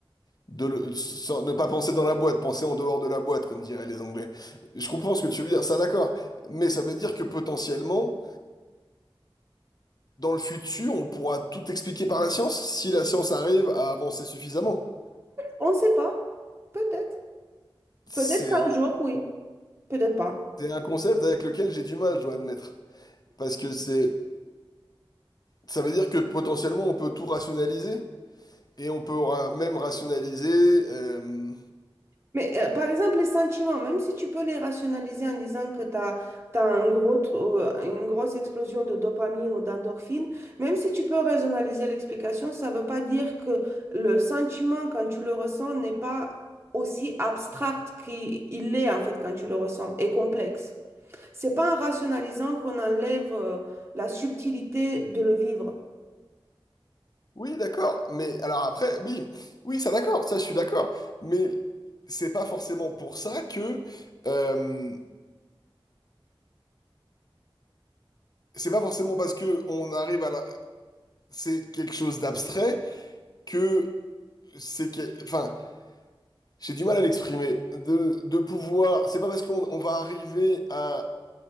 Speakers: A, on the left; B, on the right.
A: de le- sans- ne pas penser dans la boîte, penser en dehors de la boîte, comme diraient les Anglais. Je comprends ce que tu veux dire, ça d'accord, mais ça veut dire que potentiellement, dans le futur, on pourra tout expliquer par la science, si la science arrive à avancer suffisamment.
B: On ne sait pas, peut-être.
A: C'est
B: Peut-être un jour, oui, peut-être pas.
A: c'est un concept avec lequel j'ai du mal, je dois admettre. Parce que c'est, ça veut dire que potentiellement on peut tout rationaliser et on peut ra- même rationaliser. euh,
B: Mais euh, par exemple, les sentiments, même si tu peux les rationaliser en disant que tu as, un gros, tr- euh, une grosse explosion de dopamine ou d'endorphine, même si tu peux rationaliser l'explication, ça ne veut pas dire que le sentiment, quand tu le ressens, n'est pas aussi abstract qu'il il est en fait quand tu le ressens, et complexe. C'est pas en rationalisant qu'on enlève euh, la subtilité de le vivre.
A: Oui, d'accord. Mais alors après, oui, oui, ça d'accord, ça je suis d'accord. Mais c'est pas forcément pour ça que euh, c'est pas forcément parce que on arrive à la... c'est quelque chose d'abstrait que c'est que... enfin, j'ai du mal à l'exprimer. De, de pouvoir, c'est pas parce qu'on on va arriver à